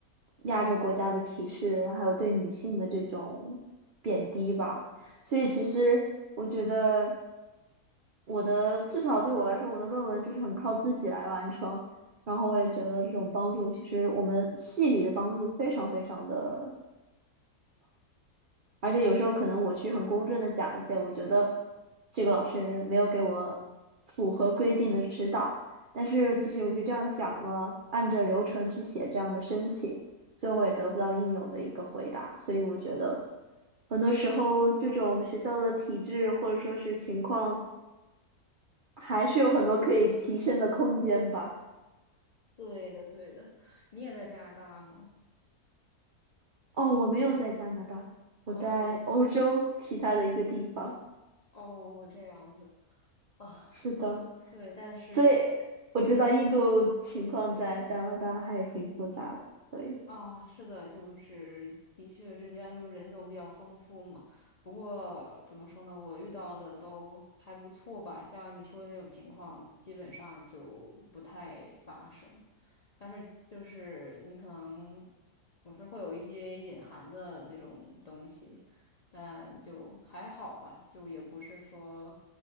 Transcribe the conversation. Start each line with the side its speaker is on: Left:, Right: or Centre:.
Right: 亚洲国家的歧视，还有对女性的这种贬低吧。所以其实我觉得我的至少对我来说，我的论文就是很靠自己来完成。然后我也觉得这种帮助，其实我们系里的帮助非常非常的，而且有时候可能我去很公正的讲一些，我觉得这个老师没有给我符合规定的指导，但是其实我是这样讲了，按着流程去写这样的申请，最后也得不到应有的一个回答，所以我觉得很多时候这种学校的体制或者说是情况，还是有很多可以提升的空间吧。
Left: 对的，对的，你也在加拿大吗？
Right: 哦，我没有在加拿大，我在欧洲其他的一个地方。
Left: 哦哦，这样子啊，
Right: 是的，
Left: 对，但是。
Right: 所以我知道印度情况在加拿大还挺复杂的，所以
Left: 啊，是的，就是的确这边就人种比较丰富嘛。不过怎么说呢，我遇到的都还不错吧。像你说的那种情况，基本上就不太发生。但是就是你可能总是会有一些隐含的那种东西，但就还好吧，就也不是说